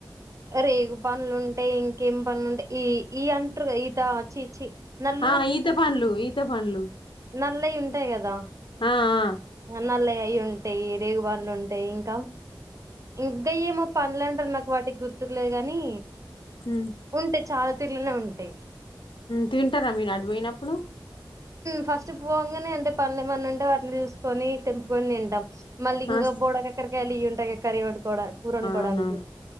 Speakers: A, on the right; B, on the left.
A: రేగు పనులుంటాయి ఇంకేం పనులుంటాయి ఈ ఈ అంటారు ఈత చ న
B: ఆ ఈత పండ్లు ఈత పండ్లు
A: నల్లయి ఉంటాయి కదా
B: ఆ ఆ
A: నల్ల అవి ఉంటాయి రేగుబంలు ఉంటాయి ఇంకా ఇంకా ఏమో పనులు అంటారు నాకు వాటికి గుర్తుకు లేదు కాని
B: ఉమ్
A: ఉంటే చాలా తిల్లలో ఉంటేయి
B: తింటారా మీరు ఆడిపోయినప్పుడు
A: ఫస్ట్ పోగానే అంటే పనుల మన్న ఉంటే వాటిని చూసుకో కొని తెంపుకొని తంటాం మళ్ళీ ఇంకా
B: ఆ
A: బోడక ఎక్కడిక వెళి ఉంటగా కర్రీ వట్టుకోవడా కూర వండుకోవడానికి
B: అవునవును